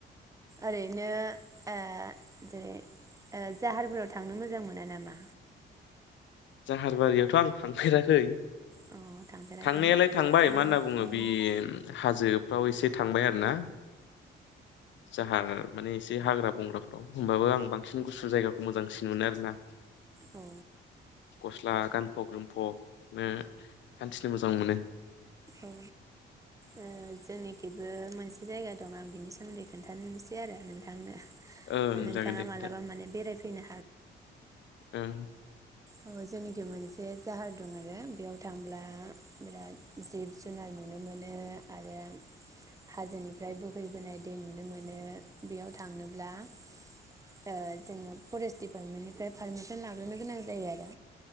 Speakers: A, on the right; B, on the left.
A: ओरैनो ओ जेरै ओ जाहारफोराव थांनो मोजां मोना नामा?
B: जाहारबारियावथ आं थांफेराखै।
A: अ थांफेराखैना?
B: थांनायालाय थांबाय
A: अ औ
B: मा होनना बुङो
A: औ
B: बे हाजोफ्राव एसे थांबाय आरो ना जाहार माने एसे हाग्रा बंग्राफ्राव होमबाबो आं बांसिन गुसु जायगाखौ मोजांसिन मोनो आरो ना।
A: औ।
B: गस्ला गानफब जोमफनो हान्थिनो मोजां मोनो।
A: औ ओ जोंनिखैबो मोनसे जायगा दं आं बिनि सोमोन्दै खोन्थानोसै आरो नोंथांनो।
B: ओं
A: नोंथाङा
B: जागोन दे खोन्था
A: मालाबा माने बेरायफैनो
B: ओं।
A: ओ जोंनिखि मोनसे जाहार दं आरो बेयाव थांब्ला बिराद जिब जुनार नुनो मोनो आरो हाजोनिफ्राय बोहैबोनाय दै नुनो मोनो बेयाव थांनोब्ला ओ जोङो फरेस्ट दिपार्टमेन्टनिफ्राय पारमिसन लाग्रोनो गोनां जायो आरो।